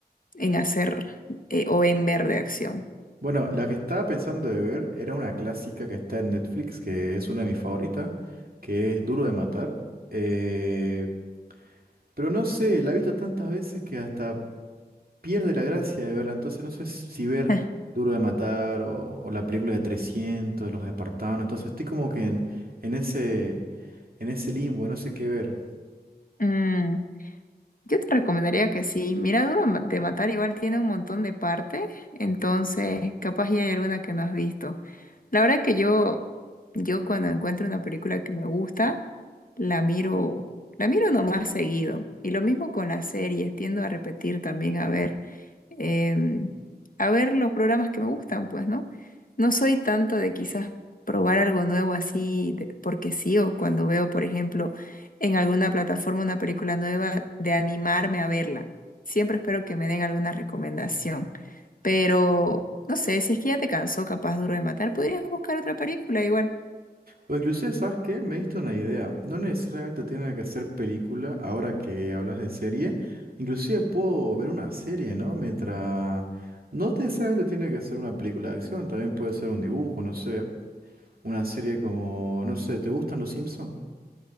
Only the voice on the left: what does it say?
en hacer eh, o en ver de acción?
<laughs>
Mm. Yo te recomendaría que sí. Mira, Duro Ma- de Matar igual tiene un montón de partes, entonces capaz ya hay alguna que no has visto. La verdad que yo, yo cuando encuentro una película que me gusta, la miro, la miro nomás seguido. Y lo mismo con las series, tiendo a repetir también a ver, em, a ver los programas que me gustan, pues, ¿no? No soy tanto de quizás probar algo nuevo así, de- porque sí, o cuando veo, por ejemplo, en alguna plataforma una película nueva de animarme a verla. Siempre espero que me den alguna recomendación. Pero no sé, si es que ya te cansó, capaz Duro de Matar, podrías buscar otra película igual.